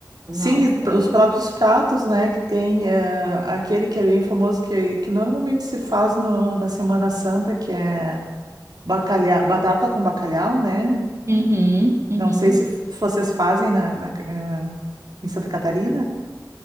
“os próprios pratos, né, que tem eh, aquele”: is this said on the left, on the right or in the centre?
Right